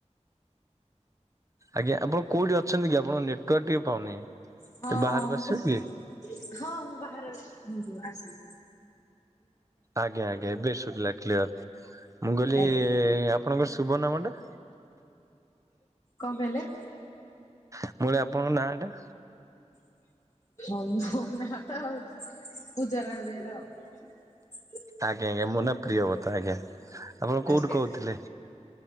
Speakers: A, on the right; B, on the left.
A: ଆଜ୍ଞା ଆପଣ କୋଉଠି ଅଛନ୍ତି କି ଆପଣଙ୍କ ନେଟୱାର୍କ ଟିକେ ପାଉନି?
B: ହଁ
A: ଟିକେ ବାହାରକୁ
B: ମୁ
A: ଆସିବେ କି?
B: ହଁ ମୁଁ ବାହାରେ ଅଛି। ଆସିଲ?
A: ଆଜ୍ଞା ଆଜ୍ଞା ଏବେ ଶୁଖିଲା କ୍ଲିଅର। ମୁଁ କହିଲି
B: ଆଜ୍ଞା
A: ଆପଣଙ୍କର ଶୁଭ ନାମ ଟା?
B: କଣ କହିଲେ?
A: ମୁଁ କହିଲି ଆପଣଙ୍କ ନାଁଟା?
B: <inaudible> ସବୁ ମୋ ନା ତ ପୂଜାରାଣୀ ବେହେରା ଆଉ।
A: ଆଜ୍ଞା ଆଜ୍ଞା ମୋ ନା ପ୍ରିୟବତ, ଆଜ୍ଞା ଆପଣ କୋଉଠି
B: ଆଜ୍ଞା।
A: କହୁଥିଲେ?